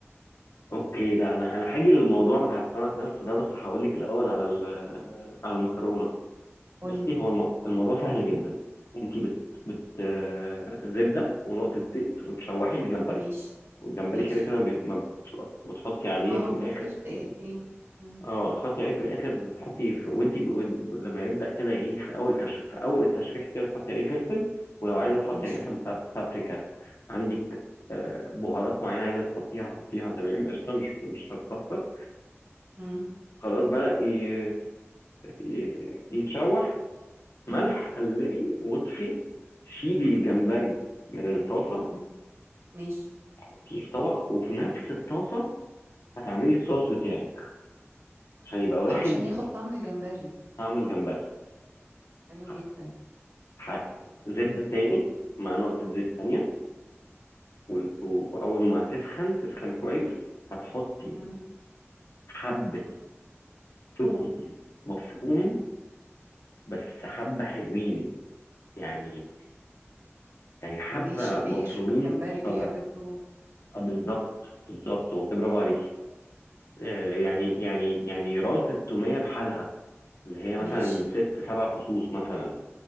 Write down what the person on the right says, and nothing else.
قولي
م- ماشي
ماشي
ما
هو
ما فيش دقيقتين مم.
ماشي
مم.
مم.
مم. ماشي
عشان ياخد طعم الجمبري
حلو
جدا
مم.
ماشي فير
الجمبري بيحب
التوم حلو
ماشي